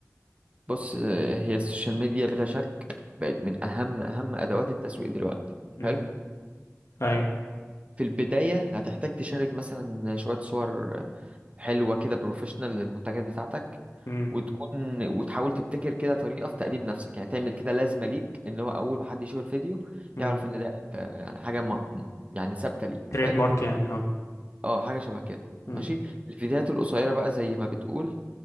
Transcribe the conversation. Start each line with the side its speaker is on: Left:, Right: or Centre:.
Right: بص آه، هي السوشيال ميديا بلا شك بقت من اهم اهم ادوات التسويق دلوقتي
Left: امم
Right: حلو
Left: اي
Right: في البداية هتحتاج تشارك مثلا شوية صور حلوة كده بروفيشنال للمنتجات بتاعتك
Left: امم
Right: وتكون وتحاول تبتكر كده طريقة في تقديم نفسك يعني تعمل كده لازمة ليك ان هو اول ما حد يشوف الفيديو
Left: امم
Right: يعرف ان ده انت يعني حاجة ما يعني ثابتة ليك
Left: تريد
Right: حلو
Left: مارك يعني اه
Right: اه حاجة شبه كده
Left: امم
Right: ماشي الفيديوهات القصيرة بقى زي ما بتقول